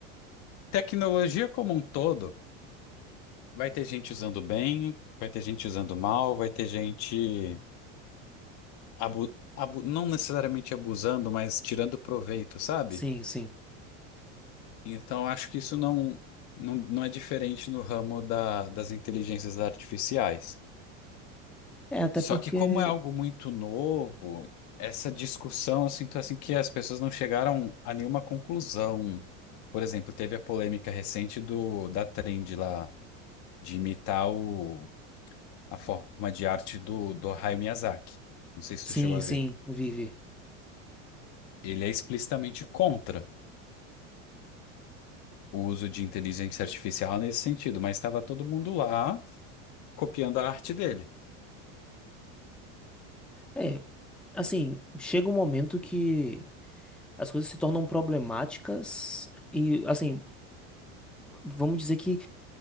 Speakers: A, on the left; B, in the centre.
A: tecnologia como um todo vai ter gente usando bem, vai ter gente usando mal, vai ter gente abu, abu, não necessariamente abusando, mas tirando proveito, sabe?
B: Sim, sim.
A: Então acho que isso não, não, não é diferente no ramo da, das inteligências artificiais.
B: É, até
A: Só
B: porque.
A: que como é algo muito novo, essa discussão, eu sinto assim que as pessoas não chegaram a nenhuma conclusão. Por exemplo, teve a polêmica recente do da Trend lá de imitar o, a forma de arte do, do Hayao Miyazaki. Não sei se
B: Sim,
A: tu chegou a
B: sim,
A: ver.
B: vive.
A: Ele é explicitamente contra o uso de inteligência artificial nesse sentido, mas estava todo mundo lá copiando a arte dele.
B: É, assim, chega um momento que as coisas se tornam problemáticas e, assim, vamos dizer que